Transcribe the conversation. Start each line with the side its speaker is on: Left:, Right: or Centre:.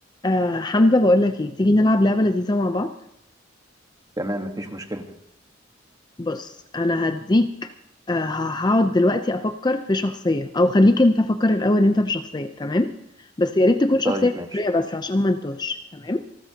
Left: آه حمزة بقول لك ايه تيجي نلعب لعبة لذيذة مع بعض
Right: تمام مفيش مشكلة
Left: بص انا هديك آه ه- هقعد دلوقتي افكر في شخصية او خليك انت فكر الاول انت في شخصية تمام بس يا ريت تكون شخصية
Right: طيب ماشي
Left: مصرية بس عشان ما نتوهش تمام